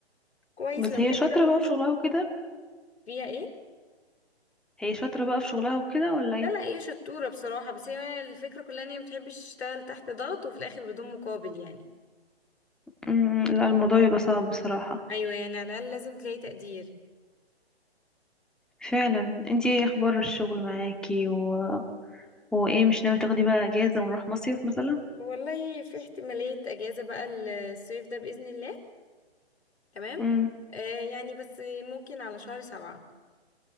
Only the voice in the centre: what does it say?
بس
هي
شاطرة
بقى
في شغلها وكده
هي شاطرة بقى في شغلها وكده ولا ايه
امم لا الموضوع بيبقى صعب بصراحة
فعلا انتي ايه اخبار الشغل معاكي و... وايه مش ناوي تاخدي بقى اجازة ونروح مصيف مثلا
امم